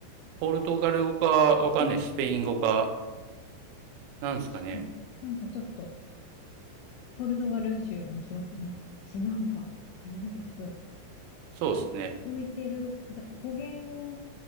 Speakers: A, on the right (about 85°); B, on the left (about 85°).
A: ポルトガル語かわかんない、
B: うーん、
A: スペイン語か、なんですかね。
B: 確かに。なんかちょっと、ポルトガル州もしますね。チナンパ。初めて聞く。
A: そうですね。
B: う、浮いてる、そう、語源、